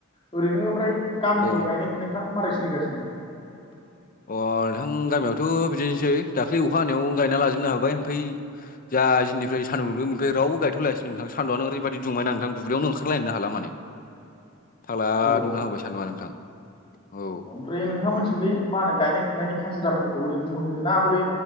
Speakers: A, on the left; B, on the left.
A: ओरैनो ओमफ्राय गामिफ्राव
B: औ औ
A: गायनाय फुनायफ्रा मारै सोलिगासिनो
B: अ नोंथां गामियावथ' बिदिनोसै दाखालै अखा हानायावनो गायना लाजोबनो हाबाय ओमफ्राय जा जोंनि सान्दुंदों बेनिफ्राय रावबो गायथ'लायासै नोंथां सानआ रैबायदि दुंबायना नोंथां दुब्लियावनो ओंखारलायनो हाला माने फाग्ला
A: अ
B: दुंना होबाय सानदुङा नोंथां औ
A: ओमफ्राय नोंथांमोनसिं बे मा होनो गायनाय फुनायनि हाजिराफोरखौ ओरैनो मोनोना बले